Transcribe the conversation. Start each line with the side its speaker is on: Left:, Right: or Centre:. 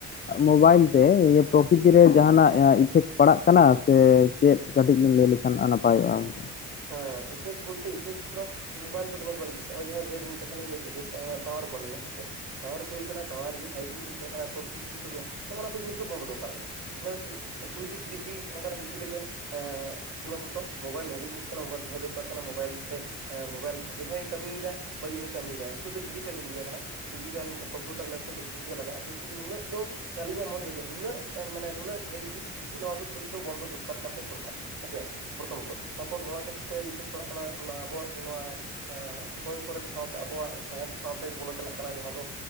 Left: ᱢᱳᱵᱟᱭᱤᱞ ᱥᱮ ᱤᱭᱟᱹ ᱯᱨᱚᱠᱤᱛᱤ ᱨᱮ ᱡᱟᱦᱟᱱᱟᱜ ᱤᱯᱷᱮᱠᱴ ᱯᱟᱲᱟᱜ ᱠᱟᱱᱟ ᱥᱮ ᱪᱮᱫ ᱠᱟᱹᱴᱤᱡᱵᱤᱱ ᱞᱟᱹᱭ ᱞᱮᱠ ᱟᱱ ᱱᱟᱯᱟᱭᱚᱜᱼᱟ ᱩᱱ ᱫᱚ
Right: ᱦᱮᱸ ᱤᱯᱷᱮᱠᱴ ᱵᱚᱞᱛᱮ ᱤᱯᱷᱮᱠᱴ ᱫᱚ ᱢᱳᱵᱟᱭᱤᱞ ᱫᱚ <unintelligible> ᱞᱤᱧ ᱞᱟᱹᱭ ᱠᱮᱫ ᱴᱟᱣᱟᱨ ᱠᱚ ᱱᱤᱭᱟ ᱦᱮᱸ ᱥᱮ ᱴᱟᱣᱟᱨ ᱠᱩ ᱦᱩᱭᱩᱜ ᱠᱟᱱᱟ ᱴᱟᱣᱟᱨ ᱡᱮ ᱯᱷᱟᱭᱤᱵᱽ ᱡᱤ ᱛᱷᱩᱜ ᱪᱟᱞᱟᱠ ᱠᱟᱱᱟ ᱯᱷᱳᱨ ᱥᱤᱠᱥ ᱡᱤ ᱛᱩᱫᱩᱜ-ᱟ ᱱᱚᱜ-ᱱᱚᱭᱟᱠᱚ ᱡᱤᱱᱤᱥ ᱫᱚ ᱵᱚᱱᱫᱚ ᱫᱚᱨᱠᱟᱨ ᱠᱟᱱᱟ᱾ ᱴᱩ ᱡᱤ ᱛᱷᱨᱤ ᱡᱤ ᱚᱱᱠᱟᱱᱟᱜ ᱠᱤᱪᱷᱩ ᱨᱮᱜᱮ ᱮᱸ ᱥᱤᱢᱟ ᱵᱚᱫᱽᱫᱚ ᱢᱳᱵᱟᱭᱤᱞ ᱵᱷᱟᱜᱤ ᱡᱤᱱᱤᱥ ᱢᱳᱵᱟᱭᱤᱞ ᱛᱟᱦᱮᱸ ᱫᱚᱨᱠᱟᱨ ᱠᱟᱱᱟ ᱢᱳᱵᱟᱭᱤᱞ ᱛᱮ ᱢᱳᱵᱟᱭᱤᱞ ᱵᱷᱟᱜᱮ ᱦᱚᱭ ᱠᱟᱹᱢᱤᱭᱮᱫᱟ᱾ ᱵᱟᱹᱲᱤᱡ ᱦᱚᱸᱭ ᱠᱟᱹᱢᱤᱭᱮᱫᱟ ᱱᱤᱛᱚᱜ ᱫᱚ ᱰᱤᱡᱤᱴᱮᱞ ᱤᱱᱰᱤᱭᱟ ᱠᱟᱱᱟ᱾ ᱰᱤᱡᱤᱴᱟᱞ ᱠᱚᱢᱯᱩᱴᱟᱨ ᱞᱮᱯᱴᱚᱯ ᱡᱚᱛᱚᱠᱤᱪᱷᱩ ᱜᱮ ᱞᱟᱜᱼᱟ ᱠᱤᱱᱛᱩ ᱱᱩ ᱱᱟᱹᱜ ᱫᱚ ᱟᱹᱞᱤᱧᱟᱜ ᱢᱚᱱᱮ ᱛᱮᱫᱚ ᱱᱩᱱᱟᱹᱜ ᱢᱟᱱᱮ ᱱᱩᱱᱟᱹᱜ ᱯᱷᱟᱭᱤᱵᱽ ᱡᱤ ᱥᱤᱠᱥ ᱡᱤ ᱱᱚᱣᱟ ᱫᱚ ᱵᱚᱱᱫᱚ ᱫᱚᱨᱠᱟᱨ ᱠᱟᱱ ᱛᱟᱭᱟ ᱥᱚᱨᱠᱟᱨ᱾ ᱦᱮᱸᱥᱮ ᱯᱨᱚᱛᱷᱚᱢᱚᱛᱚ ᱛᱟᱨᱯᱚᱨ ᱱᱚᱣᱟ ᱠᱷᱟᱹᱛᱤᱨ ᱛᱮ ᱤᱯᱷᱮᱠᱴ ᱯᱟᱲᱟᱜ ᱠᱟᱱᱟ ᱱᱚᱣᱟ ᱟᱵᱚᱣᱟᱜ ᱱᱚᱣᱟ ᱦᱚᱭ ᱠᱚᱨᱮᱫ ᱥᱟᱶᱛᱮ ᱟᱵᱚᱣᱟᱜ ᱥᱟᱶᱦᱮᱫ ᱥᱟᱶᱛᱮ ᱵᱚᱞᱚ ᱪᱟᱞᱟᱜ ᱠᱟᱱᱟ ᱡᱟᱦᱟᱸ ᱫᱚ